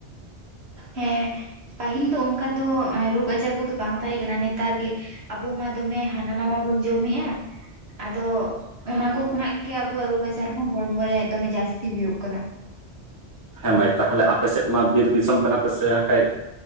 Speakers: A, on the right; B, on the right.
A: ᱦᱮ ᱯᱟᱹᱦᱤᱞ ᱫᱚ ᱚᱱᱠᱟ ᱫᱚ ᱨᱳᱜᱽ ᱟᱡᱟᱨ ᱠᱚᱫᱚ ᱵᱟᱝ ᱛᱟᱦᱮ ᱠᱟᱱᱟ ᱱᱮᱛᱟᱨ ᱜᱮ ᱟᱵᱚ ᱢᱟ ᱫᱚᱢᱮ ᱦᱟᱱᱟ ᱱᱟᱣᱟ ᱵᱚᱱ ᱡᱚᱢᱮᱜᱼᱟ ᱟᱫᱚ ᱚᱱᱟ ᱠᱚ ᱠᱷᱚᱱᱟᱜ ᱜᱮ ᱟᱵᱚᱣᱟᱜ ᱨᱳᱜᱽ ᱟᱡᱟᱨ ᱦᱚ ᱦᱚᱲᱢᱚ ᱨᱮ ᱫᱚᱢᱮ ᱡᱟᱹᱥᱛᱤ ᱦᱳᱭᱳᱜ ᱠᱟᱱᱟ
B: ᱦᱮ ᱢᱟᱹᱭ ᱛᱟᱦᱚᱞᱮ ᱟᱯᱮ ᱥᱮᱫ ᱢᱟ ᱵᱤᱨ ᱫᱤᱥᱚᱢ ᱠᱟᱱᱟ ᱯᱮ ᱥᱮ ᱦᱟᱠᱷᱟᱡ